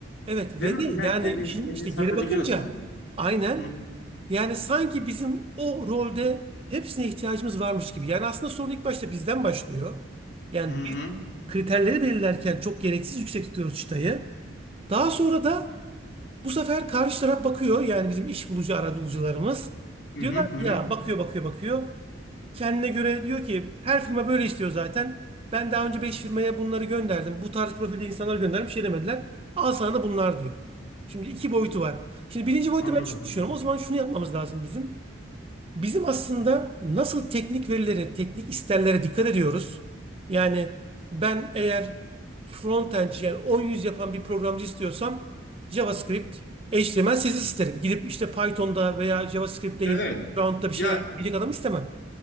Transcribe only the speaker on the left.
Değil
mi?
Yani kendini,
kendini
satabiliyorsan.
Hı hı.
Hı hı
hı.
hı. hı
hı.
Anladım.
Evet.
Ya